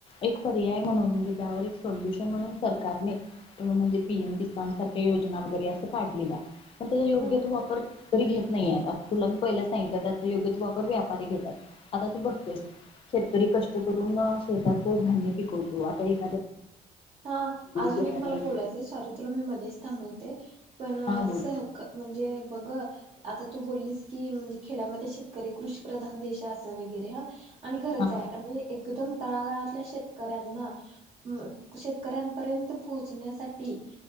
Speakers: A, on the left; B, on the right.
A: एक पर्याय म्हणून म्हणे त्या सोल्युशन म्हणून सरकार म्हणजे पीएम किसान सारख्या योजना. वगैरे आस काढलेल्या पण त्याचा योग्य
B: हम्म
A: तो वापर शेतकरी घेत नाही आस तुला मी पहिलाच सांगिल योग्य तो वापर व्यापारी घेतात आता तू बघत्यास शेतकरी तरी कष्ट करून शेतात धान्य पिकवतो आता एक
B: हा अजून
A: ज्वारी
B: एक मला बोलायचं, सॉरी तुला मी मध्येच थांबवते. पण
A: हा बोल
B: सह म्हणजे बघ. आता तू बोललीस की म्हणजे खेड्यामध्ये शेतकरी कृषी प्रधान देश आहे असं वगैरे ह. आणि खरच
A: हा
B: आहे आणि एकदम तळागळातल्या शेतकऱ्यांना शेतकऱ्यांपर्यंत पोहोचण्यासाठी